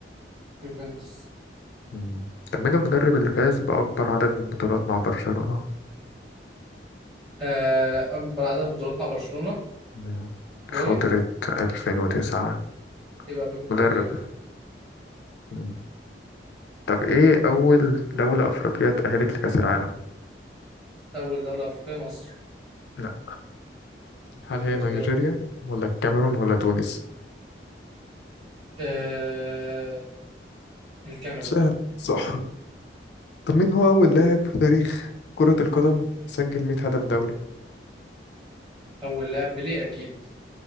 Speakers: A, on the right; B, on the left.
A: يوفنتوس
B: مم. طب مين المدرب اللي فاز بأكبر عدد من البطولات مع برشلونة؟
A: آه اكبر عدد بطولات مع برشلونه
B: مم.
A: كرويف
B: فترة 2009
A: يبقى بيب جوارديولا
B: مدرب مم. طب إيه أول دولة أفريقية اتأهلت لكأس العالم؟
A: أول دولة أفريقية مصر
B: لا هل
A: اديني
B: هي نيجيريا
A: اختيارات
B: ولا الكاميرون ولا تونس؟
A: آه... الكاميرون
B: سهل صح طب مين هو أول لاعب في تاريخ كرة القدم سجل 100 هدف دولي
A: أول لاعب بيليه أكيد